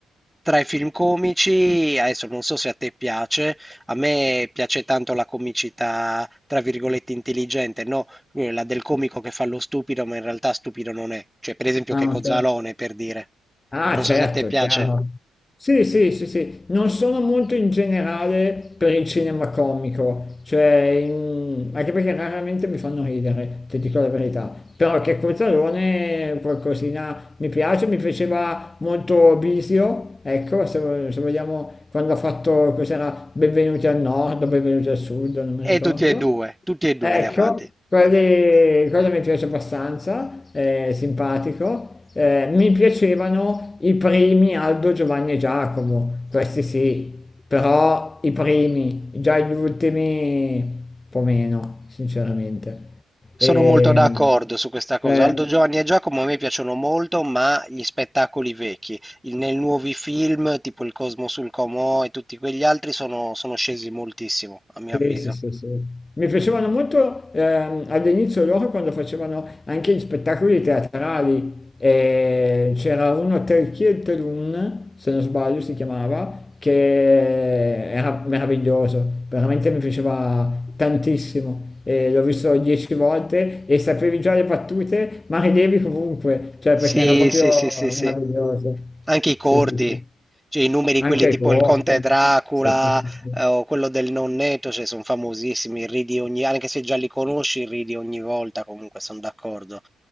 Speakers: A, in the centre; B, on the left.
A: tra i film comici, adesso non so se a te piace, a me piace tanto la comicità, tra virgolette, intelligente, no? Quella del comico che fa lo stupido, ma in realtà stupido non è. Cioè, per esempio,
B: Ah,
A: Checco
B: ok.
A: Zalone, per dire.
B: Ah,
A: Non
B: certo,
A: so se a te piace.
B: è chiaro. Sì, sì, sì, sì. Non sono molto in generale per il cinema comico, cioè, in- anche perché raramente mi fanno ridere, ti dico la verità. Però che Cozzalone qualcosina mi piace, mi piaceva molto Bisio, ecco, se, se vogliamo, quando ha fatto, cos'era, Benvenuti al Nord, Benvenuti al Sud, non mi ricordo.
A: E tutti e due, tutti e due
B: Ecco,
A: li ha fatti.
B: quelli, quello mi piace abbastanza, è simpatico. Eh, mi piacevano i primi Aldo, Giovanni e Giacomo, questi sì, però i primi, già gli ultimi un po' meno, sinceramente.
A: Sono
B: E,
A: molto d'accordo su questa cosa.
B: eh,
A: Aldo Giovanni e Giacomo a me piacciono molto, ma gli spettacoli vecchi, i nei nuovi film, tipo Il Cosmo sul Comò e tutti quegli altri, sono sono scesi moltissimo, a mio
B: Sì,
A: avviso.
B: sì, sì, sì. Mi piacevano molto ehm, all'inizio loro quando facevano anche gli spettacoli teatrali. Eh, c'era uno Telchiel Telun, se non sbaglio si chiamava, che era meraviglioso, veramente mi piaceva tantissimo. Eh, l'ho visto dieci volte e sapevi già le battute, ma ridevi comunque, cioè
A: Sì,
B: perché era proprio
A: sì, sì, sì, sì.
B: meraviglioso.
A: Anche i corti,
B: Sì, sì, sì.
A: cioè i numeri,
B: Anche
A: quelli
B: ai
A: tipo
B: corti.
A: il Conte Dracula
B: Sì, sì, sì. Sì,
A: eh, o quello del Nonnetto, cioè sono famosissimi, ridi ogni, anche se già li conosci, ridi ogni volta, comunque sono d'accordo.